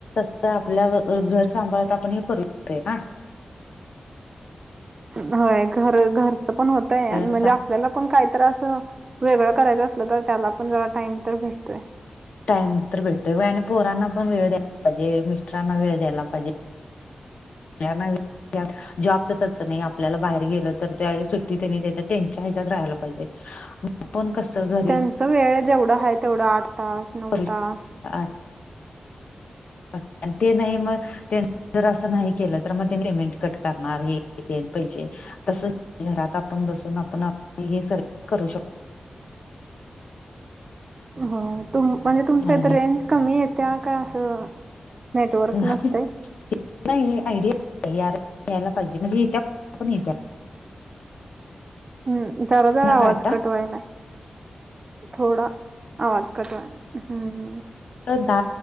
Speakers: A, on the left (about 60°); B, on the right (about 35°).
A: तर आपल्या घर सांभाळत आपण हे करू <unintelligible> का.
B: होय घर घरचं पण होतंय
A: तर
B: आणि म्हणजे आपल्याला आपण काहीतर अस वेगळं करायचं असलं तर त्याला पण जरा टाइम तर भेटतोय.
A: टाइम तर भेटतोय वय आणि पोरांना पण वेळ द्या. पजे मिस्टरांना वेळ द्यायला पाहिजे याना वे जॉबचं त्याच नाही आपल्याला बाहेर गेलं तर त्या वेळी सुट्टी त्यांनी देत्यात त्यांच्या ह्याच्यात राहायला पाहिजे. आपण कस घ
B: त्यांच वेळ जेवढा आहे तेवढं आठ तास. नऊ
A: <unintelligible>
B: तास
A: अस ते नाही म. त्यां जर असं नाही केलं तर मग त्यांनी लिमेंट कट करणार हेन तेन पैसे. तस घरात आपण बसून आपण हे सर्व करू शक
B: हो तुम म्हणजे तुमच्या
A: आणि
B: इथ रेंज कमी येत्या काय असं नेटवर्क
A: नाही
B: नसतय.
A: नाही आयडिया यायला पाहिजे म्हणजे येत्या <unintelligible> येत्या.
B: हम् जरा जरा
A: ना
B: आवाज
A: का आता
B: कटवालाय थोडा. आवाज कटवालाय हम्म.
A: ते दा